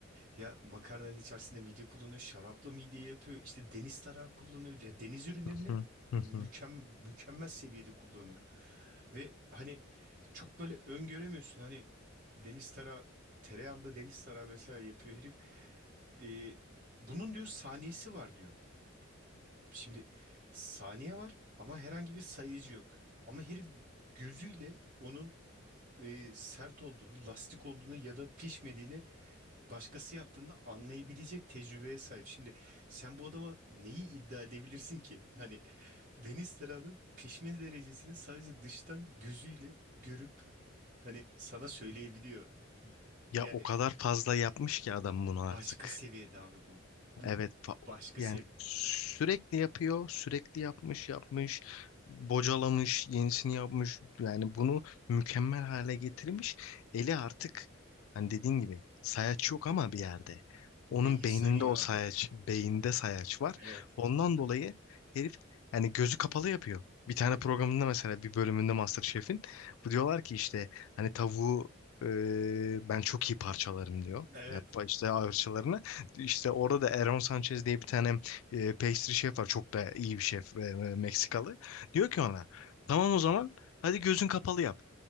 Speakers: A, on the right; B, on the left.
A: Ya makarnanın içerisinde midye kullanıyor, şarapla midye yapıyor, işte deniz tarağı kullanıyor. Ya deniz ürünlerini
B: Hı hı, hı
A: mükem
B: hı.
A: mükemmel seviyede kullanıyor. Ve hani çok böyle öngöremiyorsun. Hani deniz tarağı, tereyağında deniz tarağı mesela yapıyor herif. Ee, bunun diyor saniyesi var diyor. Şimdi saniye var ama herhangi bir sayıcı yok. Ama herif gözüyle onun e, sert olduğunu, lastik olduğunu ya da pişmediğini başkası yaptığında anlayabilecek tecrübeye sahip. Şimdi sen bu adama neyi iddia edebilirsin ki? Hani Deniz Tarağı'nın pişme derecesini sadece dıştan gözüyle görüp hani sana söyleyebiliyor.
B: Ya
A: Yani
B: o kadar fazla yapmış ki adam bunu artık.
A: başka seviyede abi bu. Bu
B: Evet fa-
A: başka
B: yani
A: seviye.
B: sürekli yapıyor, sürekli yapmış, yapmış, bocalamış, yenisini yapmış. Yani bunu mükemmel hale getirmiş. Eli artık hani dediğin gibi sayaç yok ama bir yerde.
A: Beyin
B: Onun beyninde
A: sayıyor
B: o sayaç,
A: abi.
B: beyinde sayaç var.
A: Evet.
B: Ondan dolayı herif yani gözü kapalı yapıyor. Bir tane programında mesela bir bölümünde MasterChef'in bu diyorlar ki işte hani tavuğu e, ben çok iyi parçalarım diyor.
A: Evet.
B: Yap işte parçalarını. İşte orada da Erron Sanchez diye bir tane e, pastry şef var. Çok da iyi bir şef e, e, Meksikalı. Diyor ki ona tamam o zaman hadi gözün kapalı yap.